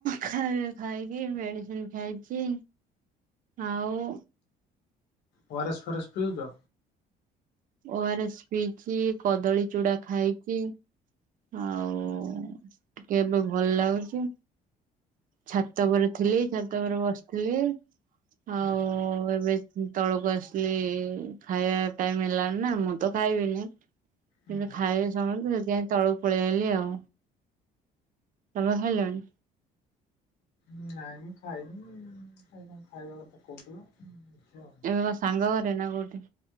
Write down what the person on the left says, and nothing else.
ଓ ଆର ଏସ ଫାରେସ ପିଉଛ?
ଆଚ୍ଛା
ଓହୋ
ନାଇଁ ମୁଁ ଖାଇନି ଖାଇବା କଥା କହୁଥିଲ। ଦେଖିବା